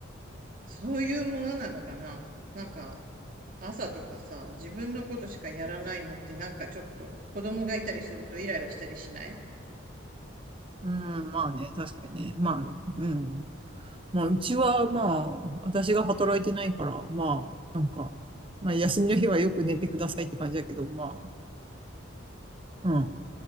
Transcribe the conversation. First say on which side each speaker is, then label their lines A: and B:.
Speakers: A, on the right (about 45°); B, on the right (about 25°).
A: そういうものなのかななんか、朝とかさ、自分のことしかやらないのってなんかちょっと子供がいたりするとイライラしたりしない
B: うん、まあね、確かにね。まあ、うん。まあうちはまあ、私が働いてないから、まあ、まあ休みの日はよく寝てくださいって感じだけど、まあ、うん、